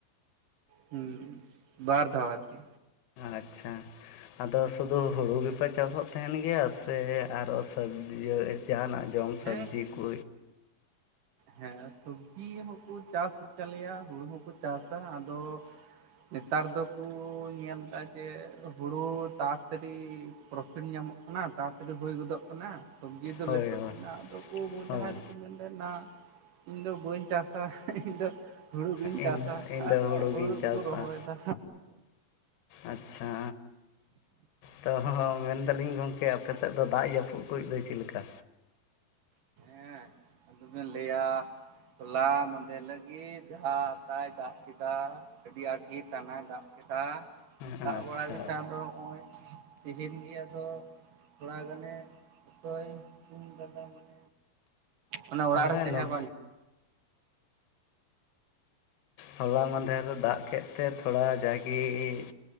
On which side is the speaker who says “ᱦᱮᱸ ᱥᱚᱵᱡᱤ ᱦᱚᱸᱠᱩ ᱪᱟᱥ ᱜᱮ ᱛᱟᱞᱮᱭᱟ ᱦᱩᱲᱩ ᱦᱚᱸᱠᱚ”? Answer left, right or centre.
Right